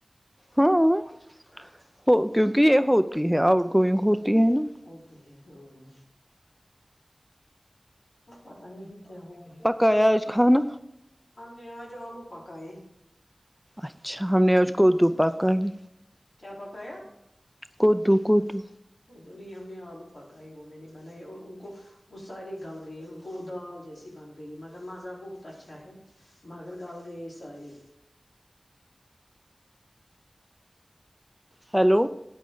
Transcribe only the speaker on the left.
ہ
وہ تو ہے ہاں ہاں پتا نہیں کیا ہوا ہے
ہم نے آج آلو پکا ہے
کیا پکا
ا تو نہیں ہم نے آلو پکائے وہ میں نے بنائے اور ان کو وہ سارے گل گئے ان کو وہ دال جیسی بن گئی مگر مزہ بہت اچھا ہے مگر غل گ ساریاری